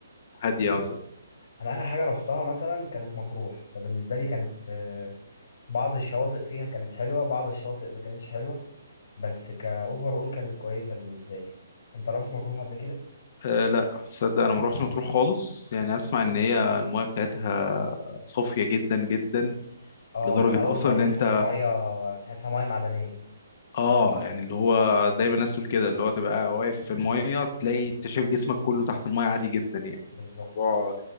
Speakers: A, on the left; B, on the left.
A: هاديه مثلا
B: أنا آخر حاجة روحتها مثلا كانت مطروح فبالنسبة لي كانت آه، بعض الشواطئ فيها كانت حلوة بعض الشواطئ ما كانتش حلوة بس كأوفر أول كانت كويسة بالنسبة لي أنت روحت مطروح قبل كده؟
A: أه لا تصدق انا ما روحتش مطروح خالص يعني اسمع ان هي المايه بتاعتها صافيه جدا جدا
B: اه
A: لدرجه
B: كان اول
A: اصلا
B: مره
A: ان انت
B: اشوف ميه تحسها ميه معدنيه
A: اه يعني اللي هو دايما الناس تقول كده اللي هو تبقى واقف في المايه تلاقي انت شايف جسمك كله تحت المايه عادي جدا يعني
B: بالظبط
A: الموضوع